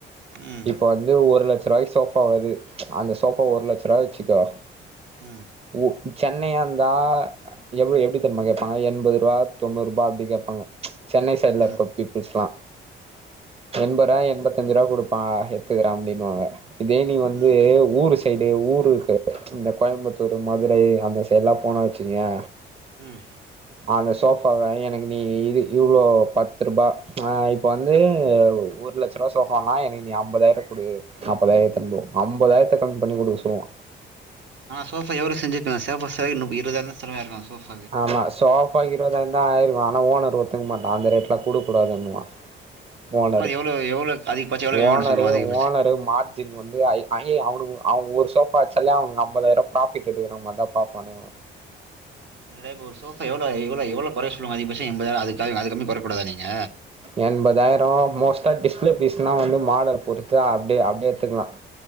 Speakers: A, on the right (about 65°); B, on the right (about 30°).
A: ம்
B: இப்ப வந் து ஒரு லட்ச ரூபாய்க்கு சோபா வரு அந்த சோபா ஒரு லட்ச ரூபாய் வச்சுக்கோ
A: உம்
B: உ சென்னையா இரு தா எப்படி எப்படி தெரியுமா கேப்பாங்க எண்பது ரூபாய் தொண்ணூறு ரூபாய் அப்படி கேப்பாங்க சென்னை சைட்ல
A: ம்
B: இருக்க பீப்புள்ஸ்ல்லா
A: ஆ,
B: எண்பது ரூபாய் எண்பத்தஞ்சி ரூபாய் குடுப்பா எடுத்துகிற அப்டின்பாங்க இதே நீங்க வந்து
A: ம்
B: ஊர் சைடு ஊருக்கு இந்த கோயம்புத்தூர் மதுரை அந்த சைட்ல்லாம் போன வச்சுக்கய
A: உம்
B: அந்த சோஃபாவ நீ எனக்கு நீ இது இவ்வளோ பத்து ரூபா ஆ இப்போ வந்து ஒரு ஒரு லட்ச ரூபா சோபானா எங்களுக்கு நீ அம்பதாயிரம் ரூபா குடு நாப்பதாயிரத்தம்போ அம்பதாயிரத்த கம்மி பண்ணி குடுக்க சொல்லுவோ
A: ஆ சோபா எவ்வளோ செஞ்சிருங்க சோபா செய்யறதுக்கு இருபாயிரம் செலவாயிருக்கு அப்போ
B: ஆமா சோபா இருவதாயிரந்தா ஆயிருக்கும் ஆனா ஓனர் ஒத்துக்க மாட்டான் அந்த ரேட்ல குடுக் கூடாதுன்பான் ஓனர்
A: எவ்வளோ எவ்வளோ அதிகபட்சம் எவ்வளோ கம்மி
B: ஓனரு
A: பண்ண சொல்லுவோம் அதிகபட்சம்
B: ஓனரு மாட் மாத்தி வந்து ஐ அவனு அவன் ஒரு சோபா வச்சாலே அவனுக்கு ஐம்பதாயிரம் ப்ராஃபிட் கிடைக்கிற மாதிரிதான் பாப்பானே அவன்
A: இந்த இப்ப ஒரு சோபா எவ்வளோ இவ்வளோ எவ்வளோ குறையும் சொல்லி அதிகட்சம் எம்பதாயிரம் அதுக் அதுக் கம்மி குறைக்ககூடாது நீங்க
B: எண்பதாயிரம் மோஸ்ட்டா டிஸ்பிளே பேஸ்னா வந்து மாடல் பொறுத்து அப்டியே அப்டியே எடுத்துக்கலாம்